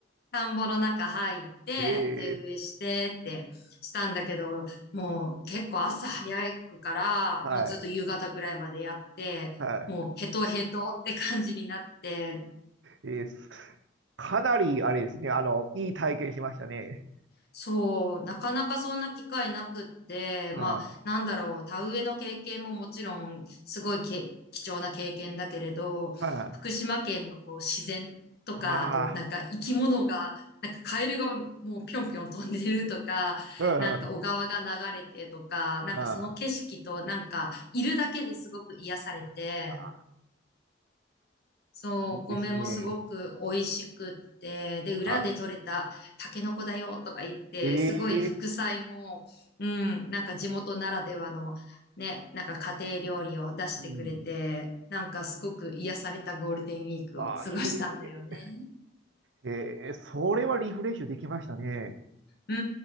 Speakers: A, on the left; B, on the right.
A: 田んぼの中入って、
B: <laughs> え
A: 手植えしてってしたんだけど、
B: えー、
A: もう結構朝早くから、
B: はい。
A: もうずっと夕方ぐらいまでやって、
B: は
A: もうヘトヘトって感じになって、
B: い。えー、かなり、あれですね、あの、いい体験しましたね。
A: そう、なかなかそんな機会なくって、
B: うん、
A: まあ、
B: うん。
A: なんだろう、田植えの経験ももちろん、すごいけ貴重な経験だけれど、
B: あ
A: 福島県のこう自然とか、
B: あ、
A: あとなんか生き物が、なんかカエルがもうぴょんぴょん飛んでるとか、
B: うん、
A: なんか小川が流れてとか、
B: うん。
A: なんかその景色となんかいるだけですごく癒されて、
B: ああ、
A: そう、
B: いいですね。
A: お米もすごく美味しくって、で、裏で採れたタケノコだよとか言って、
B: はええ
A: すごい副菜も、うん、なんか地元ならではの、ね、なんか家庭料理を出してくれて、
B: うん。
A: なんかすごく癒されたゴールデンウィークを過ごしたんだよね。
B: ああ、いいですね。ええそれはリフレッシュできましたね。
A: う